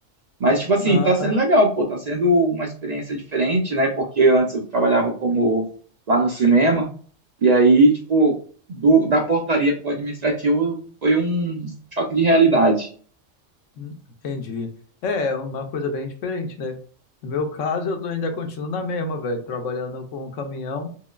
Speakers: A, on the right (about 50°); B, on the left (about 80°).
A: Mas, tipo assim,
B: Ah,
A: tá sendo
B: tá.
A: legal, pô, tá sendo uma experiência diferente, né? Porque antes eu trabalhava como lá no cinema, e aí, tipo, do, da portaria pro administrativo foi um choque de realidade.
B: Hum, Entendi. É, é uma coisa bem diferente, né? No meu caso, eu tô- ainda continuo na mesma, velho, trabalhando com o caminhão